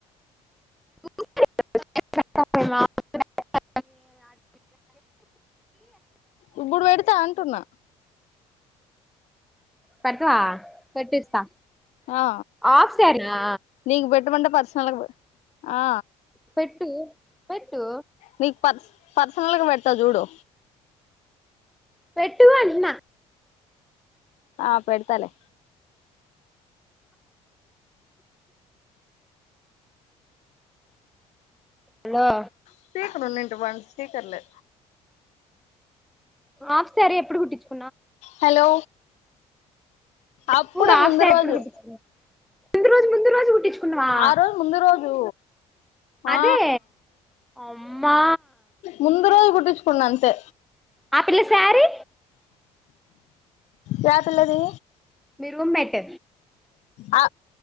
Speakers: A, in the centre; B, on the left.
A: <unintelligible>
B: ఇప్పుడు బెడతా అంటున్నా
A: పెడతవా పెట్టిస్తా
B: ఆ
A: ఆఫ్ సారీనా
B: నీక్ పెట్టమంటే పర్సనల్గా ఆ
A: పెట్టు పెట్టు
B: నీకు పర్స్ పర్సనల్గా పెడతా జూడు
A: పెట్టు వనిన్న
B: ఆ పెడతలే
A: హలో
B: స్పీకర్ ఉన్నేన్ వన్ స్పీకర్లే
A: ఆఫ్ సారీ ఎప్పుడు కుటిచ్చు
B: హలో అప్పుడే
A: నువ్వు హాఫ్
B: ముందు
A: సారీ
B: రోజు
A: ఎప్పుడు కుట్టించుకున్నావు ముందు రోజు ముందు రోజు కుట్టించుకున్నావా
B: ఆ రోజు ముందు రోజు ఆ
A: అదే అమ్మా
B: ముందు రోజు కు ట్టిచుకున్నంతే
A: ఆ పిల్ల సారీ
B: యే పిల్లది
A: మీ రూం మెట్
B: ఆ